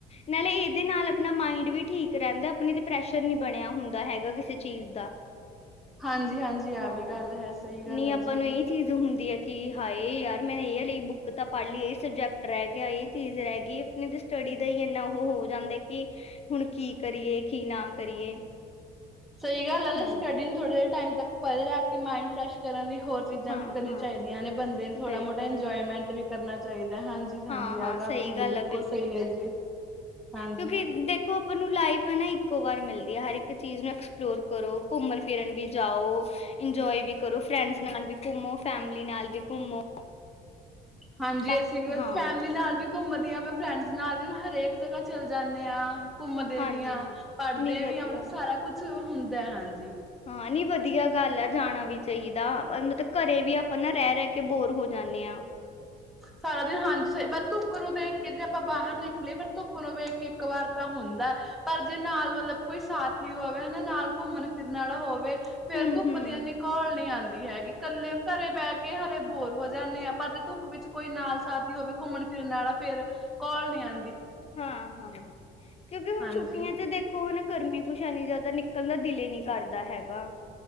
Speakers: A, on the left; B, in the centre.
A: ਨਾਲੇ ਇਹਦੇ ਨਾਲ ਆਪਣਾ ਮਾਈੰਡ ਵੀ ਠੀਕ ਰਹਿੰਦਾ, ਅਪਣੇ ਤੇ ਪ੍ਰੈਸ਼ਰ ਨਹੀਂ ਬਣਿਆ ਹੁੰਦਾ ਹੈਗਾ ਕਿਸੇ ਚੀਜ਼ ਦਾ।
B: ਹਾਂਜੀ-ਹਾਂਜੀ, ਆਹ
A: ਹਾਂ
B: ਵੀ ਗੱਲ ਹੈ, ਸਹੀ ਗੱਲ
A: ਨਹੀਂ
B: ਹੈ
A: ਆਪਾਂ
B: ਜੀ
A: ਨੂੰ
B: ਇਹ।
A: ਚੀਜ਼ ਹੁੰਦੀ ਹੈ ਕਿ, ਹਾਏ ਯਾਰ ਮੈਂ ਇਹ ਵਾਲੀ ਬੁੱਕ ਤਾਂ ਪੜ੍ਹ ਲਈ, ਇਹ ਸਬਜੈਕਟ ਰਹਿ ਗਿਆ, ਇਹ ਚੀਜ਼ ਰਹਿ ਗਈ ਅਪਣੇ ਤੇ ਸਟੱਡੀ ਦਾ ਹੀ ਇੰਨਾ ਔਹ ਹੋ ਜਾਂਦਾ ਕਿ ਹੁਣ ਕੀ ਕਰੀਏ, ਕੀ ਨਾ ਕਰੀਏ।
B: ਸਹੀ ਗੱਲ ਹੈ ਨਾ,
A: ਹੂੰ
B: ਸਟੱਡੀ ਨੂੰ ਥੋੜੇ ਜਿਹੇ ਟਾਈਮ ਤੱਕ ਪਰੇ ਰੱਖ ਕੇ ਮਾਈੰਡ ਫਰੈਸ਼ ਕਰਨ ਲਈ ਹੋਰ ਚੀਜ਼ਾਂ
A: ਹਾਂ
B: ਵੀ ਕਰਨੀਆਂ
A: ਹਾਂ
B: ਚਾਹੀਦੀਆਂ ਨੇ, ਬੰਦੇ ਨੂੰ ਥੋੜਾ
A: ਬਿਲਕੁਲ
B: ਮੋਟਾ ਇੰਜੋਏਮੈਂਟ ਵੀ ਕਰਨਾ ਚਾਹੀਦਾ ਹੈ। ਹਾਂ ਹਾਂਜੀ- ਹਾਂਜੀ,
A: ਹਾਂ
B: ਆਹ
A: ਹਾਂ
B: ਗੱਲ
A: ਸਹੀ
B: ਤੁਹਾਡੀ ਬਿਲਕੁਲ
A: ਆ
B: ਸਹੀ ਹੈ ਜੀ, ਹਾਂਜੀ।
A: ਕਿਉਂਕਿ ਦੇਖੋ ਆਪਾਂ ਨੂੰ ਲਾਈਫ ਹੈ ਨਾ ਇੱਕੋ ਵਾਰ ਮਿਲਦੀ ਹੈ, ਹਰ ਇੱਕ ਚੀਜ਼ ਨੂੰ ਐਕਸਪਲੋਰ ਕਰੋ, ਘੁੰਮਣ- ਫਿਰਨ ਵੀ ਜਾਓ ਇੰਜੋਏ ਵੀ ਕਰੋ, ਫਰੈਂਡਸ ਨਾਲ ਵੀ ਘੁੰਮੋ, ਫੈਮਲੀ ਨਾਲ ਵੀ ਘੁੰਮੋ।
B: ਹਾਂਜੀ,
A: ਤਾਂ ਕਿ-
B: ਅਸੀਂ ਵੀ ਮਤਲਬ
A: ਹਾਂ
B: ਫੈਮਿਲੀ ਨਾਲ ਵੀ ਘੁੰਮਦੀ ਹਾਂ, ਮੈਂ ਫਰੈਂਡਸ ਨਾਲ ਵੀ ਹਰੇਕ ਜਗ੍ਹਾ ਚੱਲ ਜਾਂਣੇ ਆ। ਘੁੰਮਦੇ
A: ਹਾਂਜੀ
B: ਵੀ ਹ,
A: ਹਾਂ
B: ਪੜ੍ਹਦੇ
A: ਨਹੀਂ ਵਧੀਆ
B: ਵੀ ਆ, ਮਤਲਬ ਸਾਰਾ ਕੁਛ ਹੁੰਦਾ ਹਾਂਜੀ।
A: ਹਾਂ ਨਈ ਵਧੀਆ ਗੱਲ ਆ ਜਾਣਾ ਵੀ ਚਾਹੀਦਾ, ਮਤਲਬ ਘਰੇ ਵੀ ਆਪਾਂ ਨਾ ਰਹਿ-ਰਹਿ ਕੇ ਬੋਰ ਹੋ ਜਾਂਨੇ ਹਾਂ।
B: ਸਾਰਾ ਦਿਨ ਹਾਂਜੀ ਸਹੀ ਬਸ ਧੁੱਪ ਨੂੰ ਦੇਖ ਕੇ ਜੇ ਆਪਾਂ ਬਾਹਰ ਨਿਕਲੀਏ, ਪਰ ਧੁੱਪ ਨੂੰ ਵੇਖ ਕੇ ਇੱਕ ਵਾਰ ਤਾਂ ਹੁੰਦਾ ਪਰ ਜੇ ਨਾਲ ਮਤਲਬ ਕੋਈ ਸਾਥੀ ਹੋਵੇ ਹਨਾ, ਨਾਲ ਘੁੰਮਣ-ਫਿਰਨ ਵਾਲਾ ਹੋਵੇ ਫੇਰ
A: ਹੂੰ
B: ਧੁੱਪ
A: ਹੂੰ
B: ਦੀ ਏਨੀ ਕੋਲ ਨਹੀਂ ਆਉਂਦੀ ਹੈਗੀ, ਇਕੱਲੇ ਘਰੇ ਬਹਿ ਕੇ ਹਲੇ ਬੋਰ ਹੋ ਜਾਂਦੇ ਆ, ਪਰ ਧੁੱਪ ਵਿੱਚ ਕੋਈ ਨਾਲ ਸਾਥੀ ਹੋਵੇ ਘੁੰਮਣ-ਫਿਰਨ ਵਾਲਾ, ਫੇਰ ਕੋਲ ਨੀ ਆ
A: ਹਾਂ-ਹਾਂ, ਕਿਉਂਕਿ ਹੁਣ
B: ਹਾਂਜੀ।
A: ਛੁੱਟੀਆਂ'ਚ ਦੇ ਦੇਖੋ ਹਨਾ, ਗਰਮੀ ਕੁਛ ਇਨੀ ਜ਼ਿਆਦਾ ਨਿਕਲਣ ਦਾ ਦਿਲ ਹੀ ਨਹੀਂ ਕਰਦਾ ਹੈਗਾ।